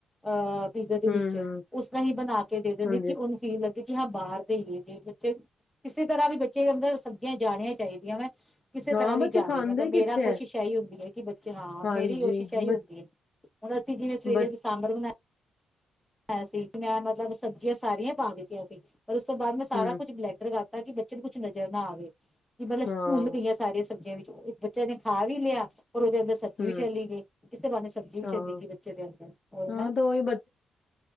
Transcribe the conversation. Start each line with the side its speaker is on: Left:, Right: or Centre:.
Centre: ਅਹ ਪੀਜ਼ਾ
Left: ਹੂੰ-ਹੂੰ-ਹੂੰ
Centre: ਦੇ ਵਿੱਚ ਉਸ ਤਰ੍ਹਾਂ ਹੀ ਬਣਾ ਕੇ ਦੇ ਦਿੰਦੇ
Left: ਹਾਂਜੀ
Centre: ਕਿ ਉਹਨੂੰ ਫੀਲ ਲਗੇ ਕਿ ਹਾਂ ਬਾਹਰ ਤੇ ਹੀ ਜੇ ਬੱਚੇ ਕਿਸੇ ਤਰ੍ਹਾਂ ਵੀ ਬੱਚੇ ਅੰਦਰ ਸਬਜ਼ੀਆਂ ਜਾਣੀਆਂ ਚਾਹੀਦੀਆਂ ਵੈਂ ਕਿਸੇ
Left: ਨਾ
Centre: ਤਰ੍ਹਾਂ ਵੀ
Left: ਬੱਚੇ
Centre: ਜਾਵੇ
Left: ਖਾਂਦੇ
Centre: ਮਤਲਬ ਮੇਰਾ
Left: ਕਿੱਥੇ
Centre: ਕੋਸ਼ਿਸ਼
Left: ਐ।
Centre: ਹੈ ਹੀ ਹੁੰ ਕਿ ਬੱਚੇ ਹਾਂ
Left: ਹਾਂਜੀ
Centre: ਮੇਰੀ ਕੋਸ਼ਿਸ਼ ਇਹੀ
Left: ਬ
Centre: ਹੁੰਦੀ ਹੈ ਹੁਣ ਅਸੀਂ ਜਿਵੇਂ ਸਵੇਰੇ
Left: ਬ
Centre: ਅਸੀਂ ਸਾਂਬਰ ਬਣਾ ਅ ਸੀ ਮੈਂ ਮਤਲਬ ਸਬਜ਼ੀਆਂ ਸਾਰੀਆਂ ਪਾ ਦਿੱਤੀਆਂ ਸੀ ਪਰਰ ਉਸ ਤੋਂ ਬਾਅਦ ਮੈਂ ਸਾਰਾ
Left: ਹੂੰ
Centre: ਕੁਛ ਬਲੈਡਰ ਕਰ ਤਾਂ ਕਿ ਬੱਚੇ ਨੂੰ ਕੁਛ ਨਜ਼ਰ ਨਾ ਆਵੇ ਵੀ ਮਤਲਬ ਸਕੂਲ
Left: ਹਾਂ
Centre: ਗਈਆਂ ਸਾਰੀਆਂ ਸਬਜ਼ੀਆਂ ਵੀ ਇੱਕ ਬੱਚਾ ਨੇ ਖਾ ਵੀ ਲਿਆ ਰ ਉਹਦੇ ਅੰਦਰ ਸਬਜ਼ੀ
Left: ਹੂੰ
Centre: ਵੀ ਚੱਲੀ ਗਈ ਕਿਸਤੇ ਬੇ ਸਬਜ਼ੀ ਵੀ
Left: ਹਾਂ।
Centre: ਚੱਲ ਗਈ ਬੱਚੇ ਦੇ ਅੰਦਰ ਹੋਰ
Left: ਹਾਂ
Centre: ਨਾ
Left: ਤਾਂ ਉਹੀ